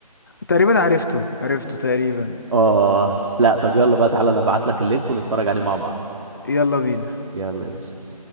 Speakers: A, on the left; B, on the right.
A: تقريبا عرفته عرفته تقريبا
B: اه لا طب يلا بقى تعالى انا ابعت لك اللينك ونتفرج عليه مع بعض
A: يلا بينا
B: يلا يا باشا